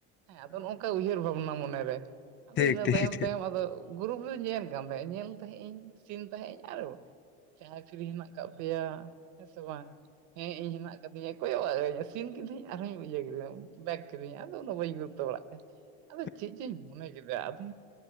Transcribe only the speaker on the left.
ᱴᱷᱤᱠ
ᱴᱷᱤᱠ
ᱴᱷᱤᱠ
<inaudible>